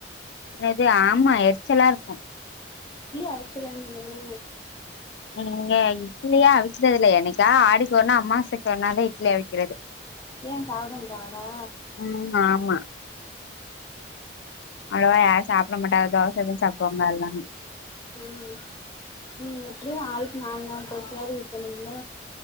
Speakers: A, on the left; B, on the left.
A: என்னது ஆமா எரிச்சலா இருக்கு
B: இட்லி அவச்சுற வேண்டியதான
A: எங்க இட்லியே அவிச்சது இல்ல என்னைக்கா ஆடிக்கு ஒருண்ணா அம்மாசைக்கு ஒருண்ணா தா இட்லி அவிக்கிறது
B: ஏயா சாப்டமாட்டங்ளா
A: ம் ஆமா அவ்ளவா யாரு சாப்ட மாட்டாக தோசதா சாப்டுவாங்க எல்லாரு
B: ம் நீங்க எப்டியு ஆளுக்கு நாலு நாலு தோசையாது ஊத்தணும்ல